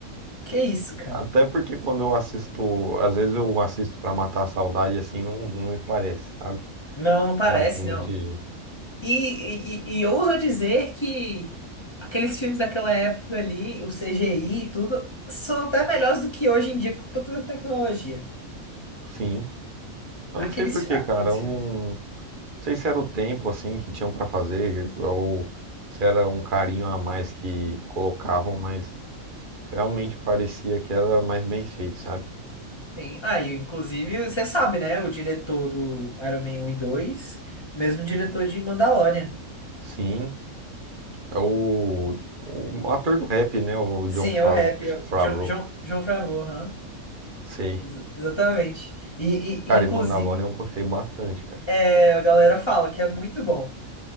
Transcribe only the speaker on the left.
Que isso, cara?
Não, não parece,
né?
E, e, e ousa dizer que aqueles filmes daquela época ali, o CGI e tudo, são até melhores do que hoje em dia com toda a tecnologia.
Aqueles,
aqueles
filmes.
Tem, ah, e inclusive, você sabe, né? O diretor do Iron Man 1 e dois mesmo diretor de Mandalorian.
Sim,
é o rap,
é o John, John, John Favreau, aham.
Ex- Exatamente. E,
e- e, inclusive,
é, a galera fala que é muito bom.